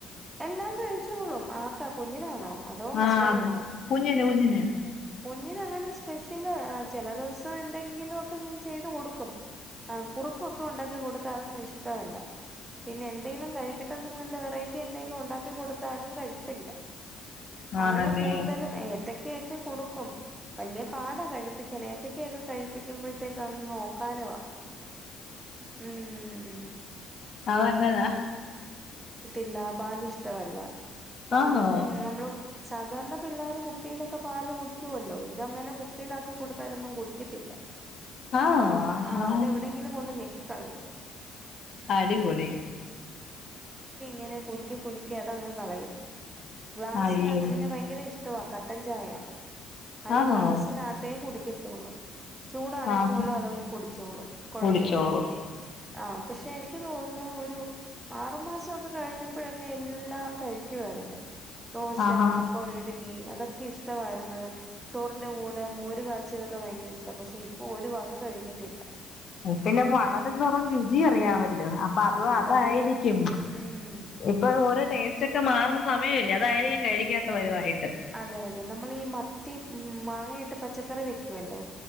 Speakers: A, on the right (about 15°); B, on the left (about 45°).
A: എല്ലാം കഴിച്ചോളും ആർക്കാ കുഞ്ഞിനാണോ അതോ ഹസ്ബൻഡിനോ
B: ആ അത് കുഞ്ഞിന് കുഞ്ഞിന്
A: ഞിന് അങ്ങനെ സ്പെഷ്യല് ചെല ദിവസം എന്തെങ്കിലും ഒക്കെ ഞാൻ ചെയ്ത് കൊടുക്കും ആ കുറുക്കൊക്കെ ഒണ്ടാക്കി കൊട് ക്ക അ ഒന്നും ഇഷ്ടവല്ല പിന്നെ എന്തേലും കഴിക്കട്ടന്ന്ങ്ങാണ്ട് വെറയ് റ്റി എന്തേലും ഉണ്ടാക്കി കൊടുത്താലും കഴിപ്പില്ല
B: ആണല്ലേ
A: ആള് കൂടുതലും ഏത്തെ ക്കെ ക്കെ കൊടുക്കും വലിയ പാടാ കഴിപ്പിക്കൻ ഏത്തക്കക്കെ കഴിപ്പിക്കുമ്പോഴത്തേക്ക് അങ്ങ് ഓക്കാനവാ ഉം
B: അതങ്ങനാ
A: ല്ല പാല് ഇഷ്ടവല്ല പാലൊക്കെ
B: ആന്നോ
A: <unintelligible> നമ്മളു സാധാരണ പിള്ളാര് കുപ്പിയിലൊക്കെ പാല് കുടിക്കുവല്ലോ ഇതങ്ങനെ കുപ്പിയിലാക്കി കൊടുത്താലൊന്നും കുടിക്കത്തില്ല.
B: ആണോ
A: ആഹ്
B: ആഹാ
A: ആ അതെവിടെയങ്കിലും കൊണ്ട് ഞെക്കി ക്കി കളയും.
B: അടിപൊളി
A: ങ്ങനെ കുലുക്കി കുലുക്കി അതങ്ങ് കളയും. ഗ്ലാസിനകത്ത്
B: അയ്യോ
A: പിന്നെ ഭയങ്കര ഇഷ് എന്തുവാ കട്ടൻ ചായ അത്
B: ആന്നോ
A: ഗ്ലാസ്സിനകത്തേ കുടി എത്തൂള്ളു ചൂടാണെ
B: ആഹ്
A: പോലും അതങ്ങ് കുടിച്ചോളും കുഴപ്പമില്ല
B: കുടിച്ചോളും
A: അഹ് പക്ഷെ എനിക്ക് തോന്നു എന്നാ ഒരു ആറു മാസ കഴിഞ്ഞപ്പോഴൊക്കെ എല്ലാം കഴിക്കുവാര്ന്ന് ദോശ
B: ആഹാ
A: അപ്പൊ ഇഡ്ലി അതക്ക് ക്കെ ഇഷ്ടമായിരുന്നു ചോറിന്റെ കൂടെ മോര് കാച്ചിയതൊക്കെ ഭയങ്കര ഇഷ്ടാ പക്ഷെ ഇപ്പൊ ഒരു വക കഴിക്കത്തില്ല
B: എ പിന്നെ വളരും തോറും രുചി അറിയമല്ലോ അപ്പൊ
A: ആഹ്
B: അത് അതായിരിക്കും
A: അതാകും ഉം
B: ഇപ്പൊ <unintelligible> ടേസ്റ്റ് ഒക്കെ മാറുന്ന സമയല്ലേ അത് അതായിരിക്കം കഴിക്കാത്ത <unintelligible> വായിട്ട്
A: അതെ അതെ നമ്മൾ ഈ മത്തി ഉ മാങ്ങയിട്ട് പച്ചക്കറി വെക്കുവല്ലോ